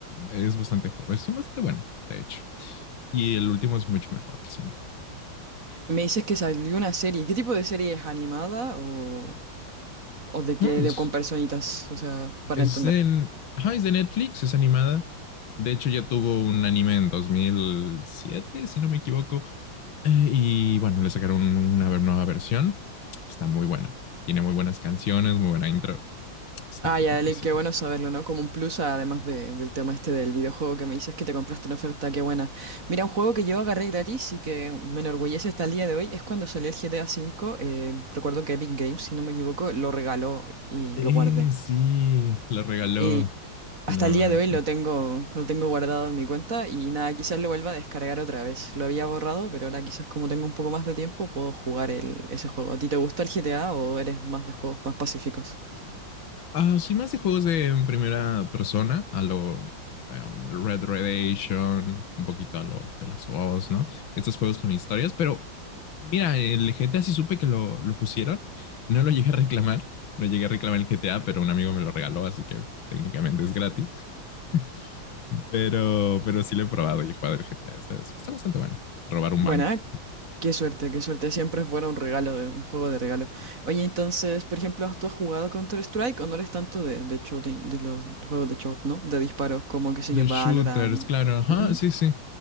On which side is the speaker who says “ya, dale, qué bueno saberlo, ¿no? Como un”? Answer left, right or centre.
Right